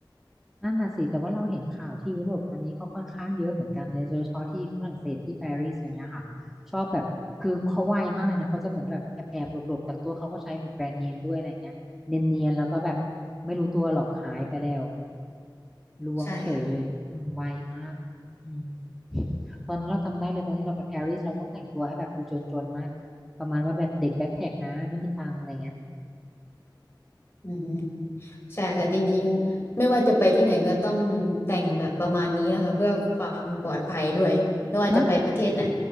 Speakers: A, in the centre; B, on the left.
A: นั่นน่ะสิแต่ว่าเราเห็นข่าวที่ยุโรปตอนนี้ก็ค่อนข้างเยอะเหมือนกันเลยโดยเฉพาะที่ฝรั่งเศสที่ปารีสอะไรเงี้ยค่ะชอบแบบคือเขาไวมากเลยนะเขาจะเหมือนแบบแอบแอบหลบๆบแต่ตัวเขาก็ใช้แบบแบรนด์เนมด้วยอะไรเงี้ยเนียนๆแล้วก็แบบไม่รู้ตัวหรอกหายไปแล้วล้วงเฉยเลยอืมไวมากอืม
B: ใช่ค่ะ
A: ตอนนั้นเราจำได้เลยตอนที่เราไปปารีสเราต้องแต่งตัวให้แบบดูจนๆมากประมาณว่าแบบเด็กแบ็คแพ็คนะไม่มีตังค์อะไรเงี้ย
B: อืมใช่ค่ะจริงๆไม่ว่าจะไปที่ไหนก็ต้องแต่งแบบประมาณนี้นะคะเพื่อความปลอดภัยด้วยไม่ว่าจะไปประเทศไหน
A: นะ